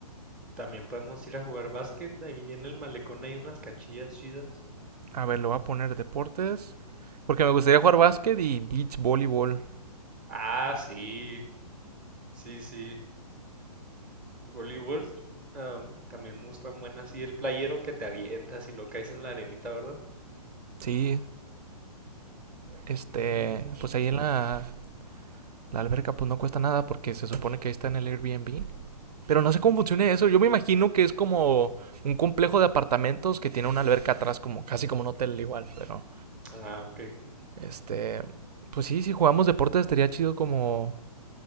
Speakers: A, in the centre; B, on the right.
A: también podemos ir a jugar básquet. Ahí en el malecón hay unas canchillas chidas.
B: A ver, lo voy a poner deportes. Porque me gustaría jugar básquet y beach voleibol.
A: Ah, sí, sí, sí. Voleibol. am, también me gustan buenas. Sí, el playero que te avientas y lo caes en la arenita, ¿verdad?
B: Sí, este,
A: Mm,
B: pues ahí en la, la alberca pues no cuesta nada porque se supone que ahí está en el Airbnb. Pero no sé cómo funciona eso. Yo me imagino que es como un complejo de apartamentos que tiene una alberca atrás, como casi como un hotel igual. Pero,
A: ah, ok.
B: este, pues sí, si jugamos deportes estaría chido como